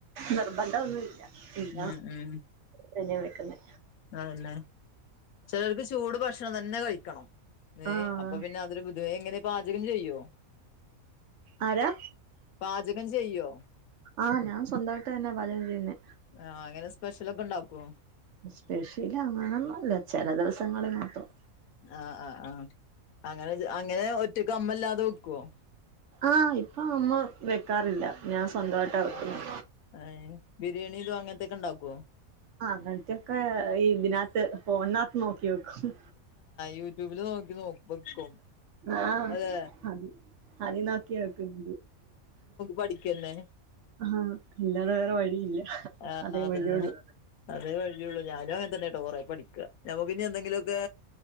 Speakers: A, on the right (about 60°); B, on the left (about 80°).
A: നിർബന്ധം ഒന്നുംല്ല ഇല്ല
B: ഉം ഉം
A: തന്നെ വിളിക്കുന്നേ
B: അതന്നെ ചിലർക്ക് ചൂട് ഭക്ഷണം തന്നെ കഴിക്കണം
A: ആഹ്
B: അപ്പൊ പിന്നെ അതരു ബുദ്ധിമു- എങ്ങനെ പാചകം ചെയ്യോ?
A: ആരാ?
B: പാചകം ചെയ്യോ?
A: ആഹ് ഞാൻ സ്വന്തായിട്ട് തന്നെ വലം ചെയ്യുന്നേ
B: ആഹ് എങ്ങനെ സ്പെഷ്യലൊക്കെ ഇണ്ടാക്കോ
A: സ്പെഷ്യലങ്ങനൊന്നുംല്ല ചെല ദിവസങ്ങളിൽ മാത്രം
B: ആഹ് ആ് ആഹ് അങ്ങനെ അങ്ങനെ ഒറ്റക്ക് അമ്മല്ലാതെ വെക്കുവോ
A: ആഹ് ഇപ്പൊ അമ്മ വെക്കാറില്ല ഞാൻ സ്വന്തമായിട്ടാ വെക്കുന്നു
B: ആ ബിരിയാണിയുമ് അങ്ങൻത്തൊക്കെണ്ടാക്കോ
A: അങ്ങൻത്തൊക്കെ ഇതിനകത്ത് ഫോണിനകത്ത് നോക്കി വെക്കും
B: യൂട്യൂബില് നോക്കി നോ വെക്കും
A: ആഹ്
B: അതെ
A: അത് അതിൽ നോക്കിയാ വെക്ക്ന്നത്
B: പഠിക്കെന്നേ
A: ആഹ് അല്ലാതെ വേറെ വഴിയില്ല
B: ആ
A: അതേ
B: അതന്നെ
A: വഴിയൊള്ളൂ.
B: അതേ വഴിയുള്ളൂ ഞാനും അങ്ങനൻ തന്നെട്ടോ കുറെേ പഠിക്ക ഞമ്മക്കഞ്ഞെന്തെങ്കിലൊക്കെ